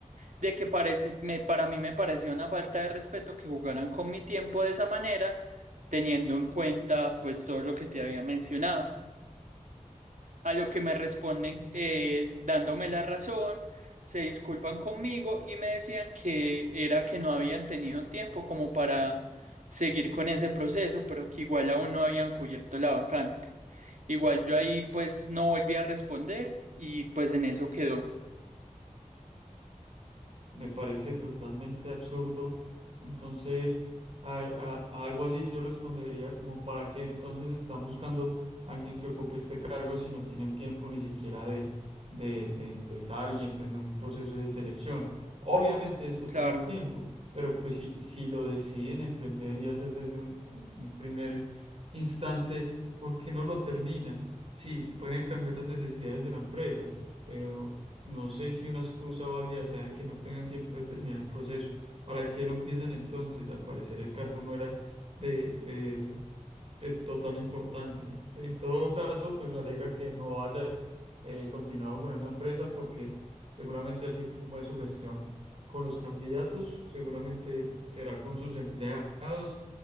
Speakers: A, on the right (about 75°); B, on the right (about 50°).
A: de que parece, me, para mí me parecía una falta de respeto que jugaran con mi tiempo de esa manera, teniendo en cuenta pues todo lo que te había mencionado. A lo que me responden eh, dándome la razón, se disculpan conmigo y me decían que era que no habían tenido tiempo como para seguir con ese proceso, pero que igual aún no habían cubierto la vacante. Igual yo ahí pues no volví a responder y pues en eso quedó.
B: Me parece totalmente absurdo. Entonces, a, a- a algo así yo respondería como, ¿para qué entonces están buscando a alguien que ocupe este cargo si no tienen tiempo ni siquiera de, de, de empezar y emprender un proceso de selección? Obviamente esto
A: Claro,
B: toma tiempo, pero pues si, si lo deciden emprender y hacer desde un, desde un primer instante, ¿por qué no lo terminan? Sí, pueden cambiar las necesidades de la empresa, pero... No sé si una excusa válida sea que no tengan tiempo de terminar el proceso. ¿Para qué lo empiezan entonces? Al parecer el cargo no era de, de- de total importancia. En todo caso, pues me alegra que no hayas eh, continuado con esa empresa porque seguramente así como es su gestión con los candidatos, seguramente será con sus empleados